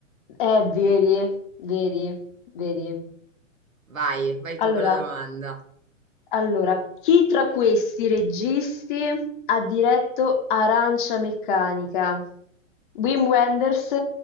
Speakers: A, on the left; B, on the right.
A: Eh, vedi, vedi, vedi.
B: Vai, vai tu
A: Allora,
B: con la domanda.
A: allora, chi tra questi registi ha diretto Arancia meccanica? Wim Wenders,